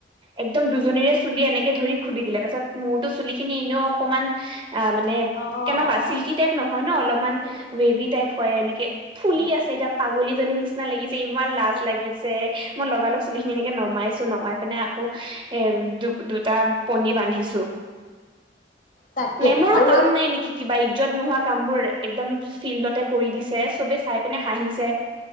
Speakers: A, on the right; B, on the left.
A: একদম দুজনীৰে চুলি এনেকে ধৰি খুলি দিলে তাৰ পিছত মোৰতো চুলি খিনি এনেও অকনমান অ মানে
B: অ'
A: কেনেকুৱা
B: অ'
A: চিল্কি টাইপ নহয় ন অলপমান
B: উম উম
A: ৱেভী টাইপ এনেকে ফুলি
B: উম
A: আছে এতিয়া পাগলী জনীৰ নিচিনা লাগিছে ইমান লাজ লাগিছে। মই লগালগ চুলিখিনি এনেকে নমাইছো নমাই পিনে আকৌ এ দু দুটা পনী বান্ধিছো,
B: তাকে
A: মেমৰো
B: আৰু
A: কাম নাই নেকি কিবা ইজ্জত নোহোৱা কামবোৰ একদম ফিল্ডতে কৰি দিছে, চবেই চাই পিনে হাঁহিছে।